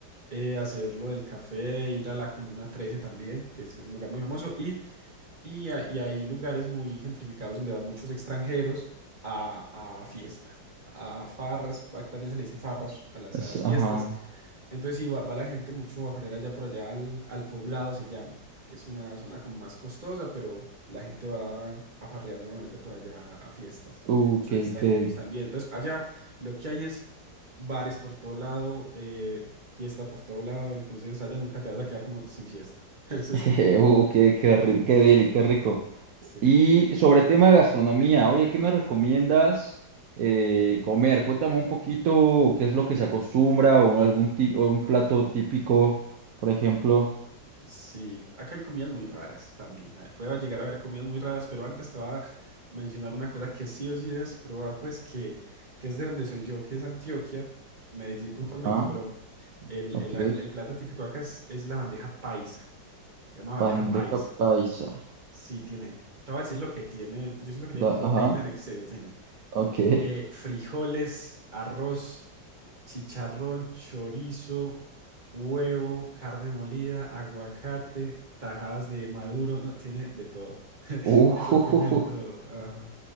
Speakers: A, on the right; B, on the right.
A: eh, hacer lo del café, ir a la Comuna 13 también, que es, que es un lugar muy famoso. Y y, ha- y hay lugares muy gentrificados donde van muchos extranjeros a, a fiesta, a farras, aquí también se le dice farras a las,
B: Es-
A: a las
B: ajá.
A: fiestas. Entonces sí, va, va la gente mucho a farrear allá por allá al, al Poblado se llama, que es una zona como más costosa, pero la gente va a farrear normalmente por allá a fiestas.
B: Uh,
A: Y hay muchos
B: qué,
A: extranjeros
B: qué,
A: también. Entonces allá lo que hay es bares por todo lado, eh, fiesta por todo lado, entonces allá nunca te vas a quedar como sin fiesta. <laughs> Ese
B: <laughs>
A: es el...
B: uh, qué,
A: el-
B: qué, ri- qué deli, qué rico.
A: Sí.
B: Y sobre tema de gastronomía, oye, ¿qué me recomiendas eh, comer? Cuéntame un poquito qué es lo que se acostumbra o algún ti- o un
A: Ok.
B: plato típico, por ejemplo.
A: Sí, acá hay comidas muy raras también. ah, Puede llegar a haber comidas muy raras, pero antes te voy a mencionar una cosa que sí o sí debes probar, pues que, que es de donde soy yo, que es Antioquia, Medellín puntualmente,
B: Ah,
A: pero el,
B: ok.
A: el, el plato típico acá es, es la bandeja paisa, se llama bandeja
B: Bandeja
A: paisa.
B: paisa.
A: Sí, tiene, te voy a decir lo que tiene, yo siento que tiene
B: Da-
A: proteína
B: ajá,
A: en exceso, tiene
B: ok.
A: eh, frijoles, arroz. Chicharrón, chorizo, huevo, carne molida, aguacate, tajadas de maduro. No, tiene de todo. <laughs>
B: <laughs>
A: Eso tiene de todo.
B: Uh,
A: Ajá.